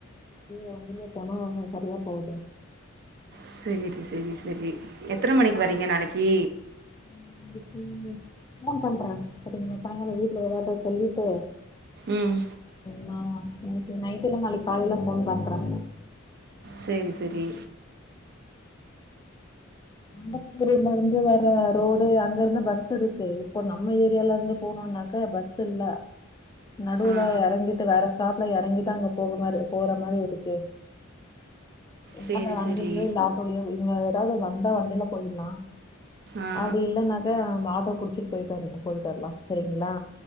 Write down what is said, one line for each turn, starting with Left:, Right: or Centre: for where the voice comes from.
Left: அ வந்துே போனா அவ சரியா போகுது
Right: சரி சரி சரி எத்தன மணிக்கு
Left: நா
Right: வரிங்க நாளைக்கு
Left: <inaudible> போன் பண்றே சரி சாய்ங்கால வீட்ல எதாவது சொல்லிட்டு
Right: ம்
Left: மா நைட்டு்ல்ல நாளைக்கு காலேல போன் பண்றே
Right: செரி செரி
Left: அங்கூர்ல இருந்து வர ரோடு அங்க இருந்து பஸ் இருக்கு இப்போ நம்ம ஏரியாலஇருந்து போனோம்னாக்க பஸ் அ இல்ல நடுவுல
Right: ஆ ஆ
Left: எறங்கிட்டு வேற ஸ்டாப்ல எறங்கிதா அங்க போக போற மாரி இருக்கு என்ன
Right: சேரி
Left: வண்ட
Right: சேரி
Left: இல்லா இவங்க ஏதாவது வந்த வண்டில போயிடலா
Right: ஆ ஆ
Left: அப்படி இல்லன்னா ஆட்டோ புடிச்சட்டு போயிட்டா வ போயிட்டு வரலா சரிங்களா